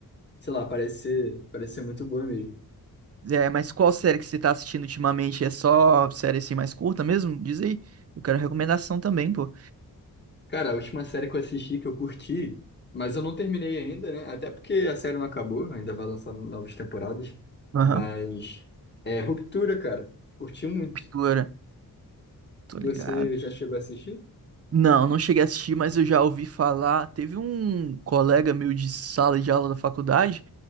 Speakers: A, on the left; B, on the right.
A: sei lá, parece ser, parece ser muito boa mesmo.
B: É, mas qual série que você tá assistindo ultimamente? É só série assim mais curta mesmo? Diz aí. Eu quero recomendação também, pô.
A: Cara, a última série que eu assisti, que eu curti, mas eu não terminei ainda, né? Até porque a série não acabou, ainda vai lançar novas temporadas.
B: Aham.
A: Mas, é Ruptura, cara. Curti muito.
B: Pintura. Tô
A: Você
B: ligado.
A: já chegou a assistir?
B: Não, não cheguei a assistir, mas eu já ouvi falar. Teve um colega meu de sala de aula da faculdade